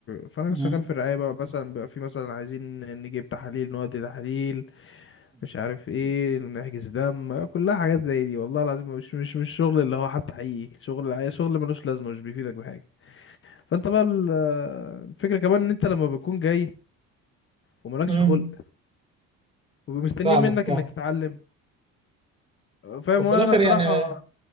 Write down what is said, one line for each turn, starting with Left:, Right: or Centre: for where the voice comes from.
Left: فانا
Right: امم
Left: شغال في الرعايه بقى مثلا بقى في مثلا عايزين نجيب تحاليل نودي تحاليل مش عارف ايه نحجز دم كلها حاجات زي دي والله العظيم مش مش مش شغل اللي هو حتى حقيقي شغل الرعايه شغل ملوش لازمه مش بيفيدك بحاجه فانت بقى ال- الفكره كمان ان انت لما بتكون جاي وملكش
Right: امم
Left: خلق ومستنيين
Right: فاهمك
Left: منك
Right: فاهم
Left: انك تتعلم فاهم
Right: وفي
Left: وانا
Right: الاخر
Left: أنا صراحه
Right: يعني